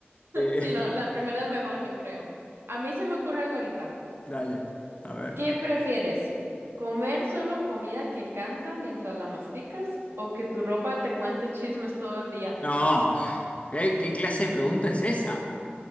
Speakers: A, on the left; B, on the right.
A: Eh,
B: Sí, no, la primera es mejor, yo creo. A mí se me ocurre algo ahorita.
A: <laughs> dale, a ver.
B: ¿Qué prefieres? ¿Comer solo comida que canta mientras la masticas o que tu ropa te cuente chismes todo el día?
A: No, pa, ¿qué, qué clase de pregunta es esa?